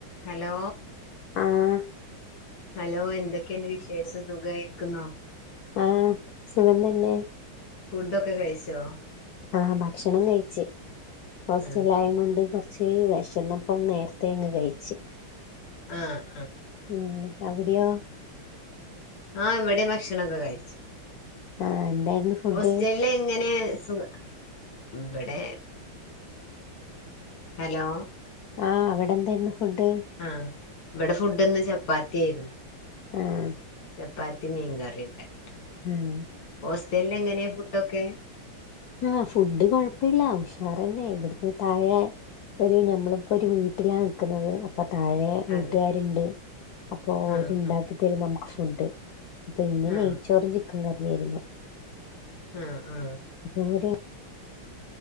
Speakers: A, on the left (about 85°); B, on the left (about 70°).
A: Hello
B: ആഹ്
A: hello എന്തൊക്കെയുണ്ട് വിശേഷം സുഖമായിരിക്കുന്നോ
B: ആഹ് സുഖം തന്നെ
A: ഫുഡ്‌ ഒക്കെ കഴിച്ചോ
B: ആഹ് ഭക്ഷണം കഴിച്ച് ഹോസ്റ്റലില്
A: ആ
B: ആയതു കൊണ്ട് കൊറച്ച്- ഇച്ചിരി വിശന്നപ്പം നേരത്തെ അങ്ങ് കഴിച്ചു
A: ആഹ് ആഹ്
B: ആഹ് അവിടെയോ
A: ആഹ് ഇവിടെയും ഭക്ഷണം ഒക്കെ കഴിച്ച്
B: ആഹ് എന്തായിരുന്നു ഫുഡ്
A: ഹോസ്റ്റലില് എങ്ങനെ സുഖ ഇവിടെ- ഹലോ
B: ആഹ് അവിടെ എന്താരുന്നു ഫുഡ്
A: ആഹ് ഇവിടെ ഫുഡിന്ന് ചപ്പാത്തി ആയിരുന്നു
B: ആഹ്
A: ചപ്പാത്തിം മീൻ കറി ഉണ്ടാക്കിട്ടുണ്ടായി
B: ഉം
A: ഹോസ്റ്റലിൽ എങ്ങനെയാ ഫുഡൊക്കെ
B: ആഹ് ഫുഡ് കുഴപ്പല്ല ഉഷാർന്നെ ഇവിടുന്ന് താഴെ ഒരു ഞമ്മളിപ്പൊരു വീട്ടിലാ നിക്കുന്നത് അപ്പൊ താഴെ. വീട്ട്കാരുണ്ട്
A: അതെ
B: അപ്പോ
A: ആ
B: ഓര് ഇണ്ടാക്കിത്തരും
A: ആ
B: നമുക്ക് ഫുഡ്. പിന്നെ ഇന്ന്
A: ആ
B: നെയ്ച്ചോറും ചിക്കൻ കറിം ആരുന്നു
A: ആഹ് ആഹ്.
B: അപ്പോര്